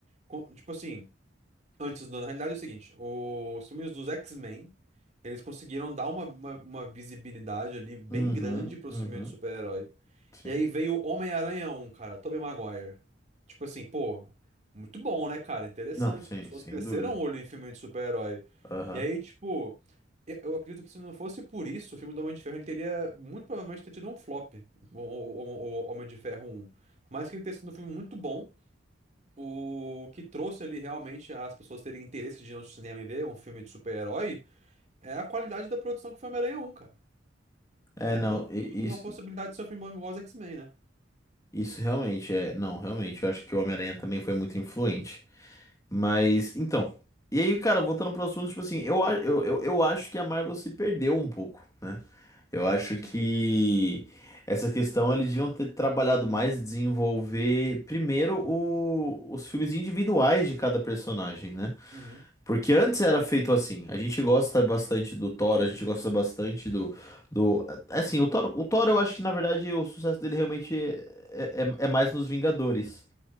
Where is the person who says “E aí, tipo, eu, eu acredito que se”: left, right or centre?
Right